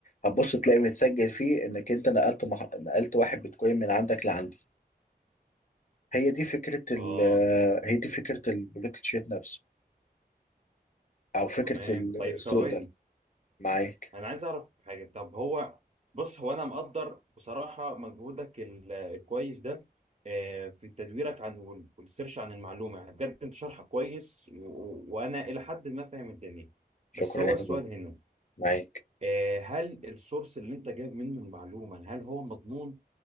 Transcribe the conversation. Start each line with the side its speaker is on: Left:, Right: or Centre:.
Left: هتبص تلاقي متسجل فيه انك انت نقلت مح... نقلت واحد بيتكوين من عندك لعندي هي دي فكره ال...
Right: اه
Left: هي دي فكره البلوك تشين نفسه او فكره
Right: تمام
Left: السوق
Right: طيب ثواني
Left: ده معاك
Right: انا عايز اعرف حاجه طب هو بص هو انا مقدر بصراحه مجهودك ال- الكويس ده آه، في تدويرك عن وال- والسيرش عن المعلومه يعني بجد انت شرحك كويس و- و- وانا الى حد ما فاهم الدنيا
Left: شكرا
Right: بس هو
Left: يا
Right: السؤال
Left: حبيبي
Right: هنا
Left: معاك
Right: آه، هل السورس اللي انت جايب منه المعلومه هل هو مضمون